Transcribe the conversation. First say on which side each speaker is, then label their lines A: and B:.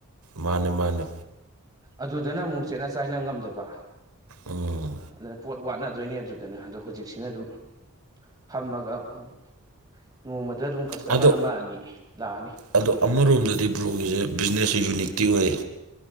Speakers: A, on the right; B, on the right.
A: ꯃꯥꯅꯦ ꯃꯥꯅꯦ
B: ꯑꯗꯨꯗꯅ ꯑꯃꯨꯛ ꯆꯦꯠꯅ ꯆꯥꯏꯅ ꯉꯝꯗꯕ
A: ꯎꯝ
B: ꯑꯗꯨꯅ ꯄꯣꯠ ꯋꯥꯠꯅꯗꯣꯏꯅꯦ ꯑꯗꯨꯗꯅ ꯑꯗꯣ ꯍꯧꯖꯤꯛꯁꯤꯅ ꯑꯗꯨꯝ ꯐꯝꯃꯒ ꯎꯝ ꯅꯣꯡꯃꯗ ꯑꯗꯨꯝ ꯀꯁꯇꯃꯔ
A: ꯑꯗꯣ
B: ꯑꯃ ꯑꯅꯤ ꯂꯥꯛꯑꯅꯤ
A: ꯑꯗꯣ ꯑꯃꯔꯣꯝꯗꯗꯤ ꯕ꯭ꯔꯣꯒꯤꯁꯦ ꯕꯤꯖꯤꯅꯦꯁꯁꯦ ꯌꯨꯅꯤꯛꯇꯤ ꯑꯣꯏ